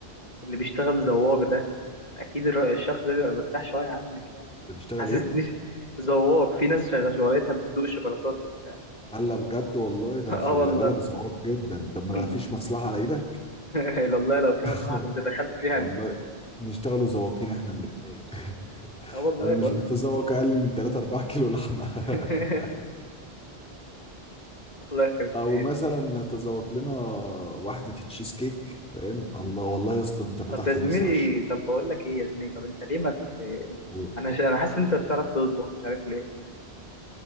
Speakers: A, on the left; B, in the centre.
A: اللي بيشتغل زواج ده اكيد الر- الشخص ده بيبقى مرتاح شويه عنك يعني.
B: ده بيشتغل
A: حسستنيش
B: ايه
A: ذواق في ناس شغاله شغلتها بتدوق شوكولاتات وبتاع
B: قال لا بجد والله ده
A: <laughs>
B: انا خلي
A: اه والله
B: بالك ذواق جدا طب
A: <laughs>
B: ما انا مفيش مصلحه على ايدك
A: إلا والله لو في
B: <laughs>
A: مصلحه كنت دخلت فيها انا
B: والله نشتغلوا ذواقين احنا الاثنين <laughs>
A: اه والله
B: انا مش
A: بقول
B: بتذوق اقل من 3 4 كيلو لحمه <laughs>
A: <laughs> والله يخرب
B: او
A: بيت
B: مثلا نتذوق لنا واحده تشيز كيك فاهم الله والله يا اسطى انت فتحت
A: طب يا زميلي
B: نفسي على الشغل
A: طب بقول لك ايه يا زميلي طب انت ليه ما
B: و...
A: انا ش... انا حاسس انت بتعرف تطبخ مش عارف ليه